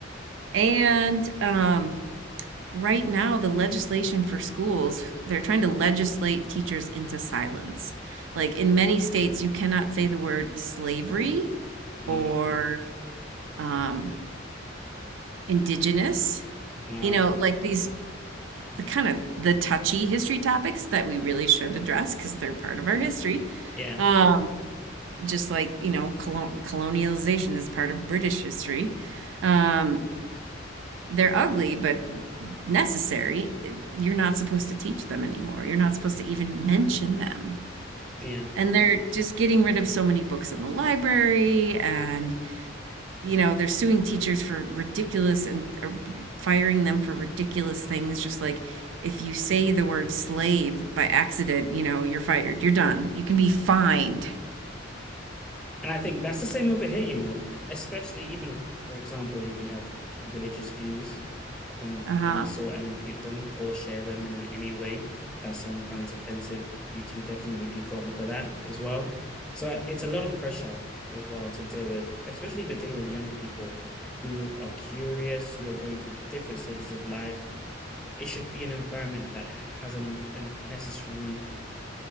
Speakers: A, on the right; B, in the centre.
A: And um, right now, the legislation for schools, they're trying to legislate teachers into silence. Like in many states, you cannot say the word slavery
B: Wow.
A: or um, indigenous,
B: Wow.
A: you know, like these the kind of the touchy history topics that we really should address because they're part of our history.
B: Yeah.
A: Um, just like, you know, colon- colonialization is part of British history. Um, they're ugly, but necessary. You're not supposed to teach them anymore. You're not supposed to even mention them.
B: Yeah.
A: And they're just getting rid of so many books in the library and you know, they're suing teachers for ridiculous and or firing them for ridiculous things. Just like if you say the word slave by accident, you know, you're fired. You're done. You can be fined.
B: And I think that's the same over here, you know, especially even, for example, if you have religious views of any,
A: Uh huh.
B: of any sort and impute them or share them in an- any way that someone finds offensive, you can definitely be gotten for that as well. So I- it's a lot of pressure as well to deal with, especially if you're dealing with young people who are curious, who are going through different stages of life. It should be an environment that has a, a necessary